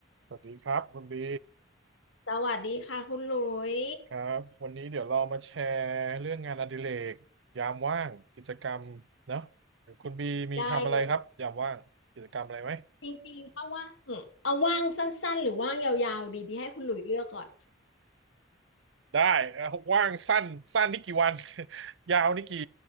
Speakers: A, on the right; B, on the left.
A: สวัสดีครับคุณบี
B: สวัสดีค่ะคุณหลุย
A: ครับวันนี้เดี๋ยวเรามาแชร์เรื่องงานอดิเรกยามว่างกิจกรรมเนาะคุณบีมีทำอะไรครับยามว่างกิจกรรมอะไรไหม
B: ได้เลยจริงๆถ้าว่างเอาว่างสั้นๆหรือว่างยาวๆดีบีให้คุณหลุยเลือกก่อน
A: ได้เอ่อว่างสั้นสั้นนี่กี่วัน <laughs> ยาวนี่กี่